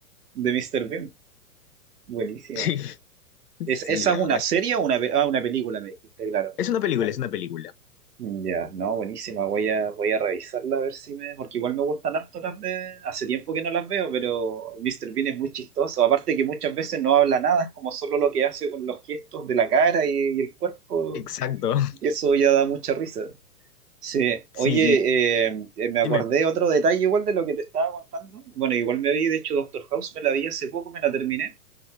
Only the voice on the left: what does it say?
Sí, <laughs>
sí,
la
verdad
es
Es una película, es que una película.
Exacto. <laughs>
Sí, sí.
Dime.